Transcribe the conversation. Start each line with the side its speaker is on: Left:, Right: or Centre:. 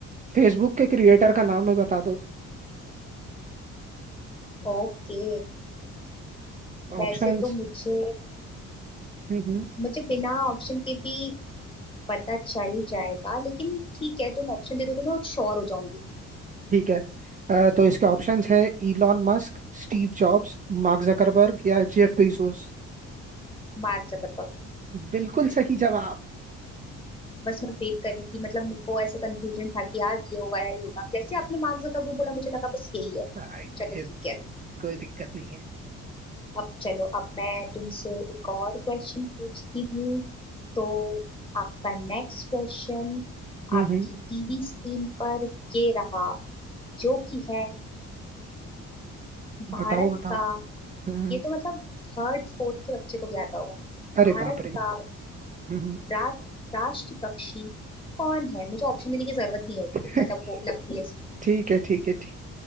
Right: फेसबुक के क्रिएटर का नाम ही बता दो
Left: ओके वैसे
Right: ऑप्शंस
Left: तो मुझे
Right: हम्म हम्म,
Left: मुझे बिना ऑप्शन के भी पता चल जाएगा लेकिन ठीक है तुम ऑप्शन दे दो तो मैं श्योर हो जाऊंगी
Right: ठीक है अ, तो इसके ऑप्शंस है Elon Musk Steve Jobs Mark Zuckerberg या जेफ बेजोस
Left: Mark Zuckerberg
Right: बिल्कुल सही जवाब
Left: बस मैं वेट कर रही थी मतलब मेरे को ऐसे कंफ्यूजन था कि यार ये होगा या ये होगा जैसे आपने मार्क जकरबर्ग बोला मुझे लगा बस यही है
Right: हाँ, ये
Left: चलो ठीक है
Right: कोई दिक्कत नहीं है
Left: अब चलो अब मैं तुमसे एक और क्वेश्चन पूछती हूँ तो आपका नेक्स्ट क्वेश्चन
Right: हम्म
Left: आपकी
Right: हम्म
Left: टीवी स्क्रीन पर ये रहा जो कि है भारत
Right: बताओ बताओ
Left: का
Right: हम्म हम्म,
Left: ये तो मतलब थर्ड फोर्थ के बच्चे को भी आता होगा
Right: अरे
Left: भारत
Right: बाप रे
Left: का
Right: हम्म हम्म,
Left: रा, राष्ट्र पक्षी कौन है मुझे ऑप्शन देने की जरूरत नहीं होती
Right: <laughs>
Left: मतलब वो लगती है
Right: ठीक है ठीक है ठीक